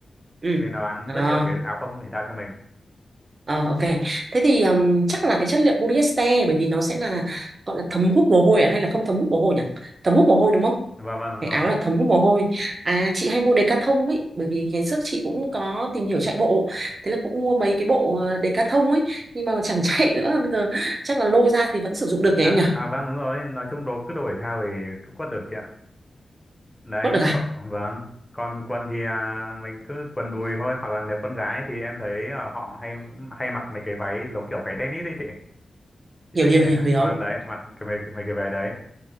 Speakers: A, on the right (about 40°); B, in the centre.
A: ừ,
B: vì nó bán
A: ờ.
B: rất nhiều cái áo phông thể thao cho mình
A: Ờ ok. Thế thì um, chắc là cái chất liệu polyester bởi vì nó sẽ là gọi là thấm hút mồ hôi à hay là không thấm hút mồ hôi nhỉ? Thấm hút mồ hôi đúng không?
B: vâng vâng đúng
A: Cái
B: rồi
A: áo là thấm hút mồ hôi. À chị hay mua Decathlon ấy bởi vì ngày trước chị cũng có tìm hiểu chạy bộ. Thế là cũng mua mấy cái bộ ờ, Decathlon ấy nhưng mà chẳng chạy <laughs> nữa bây giờ chắc là lôi ra thì vẫn sử dụng được nhỉ
B: à,
A: em nhỉ?
B: à vâng đúng rồi nói chung đồ cứ đồ thể thao thì cứ quất được chị ạ đấy
A: Vẫn
B: mới
A: được à?
B: có vâng còn quần thì à, mình cứ quần đùi thôi hoặc là nếu con gái thì em thấy à, họ hay hay mặc mấy cái váy giống kiểu váy tennis đấy chị chị
A: Hiểu
B: biết
A: hiểu
B: cái
A: hiểu hiểu.
B: vâng đấy mặc cái mấy, mấy cái váy đấy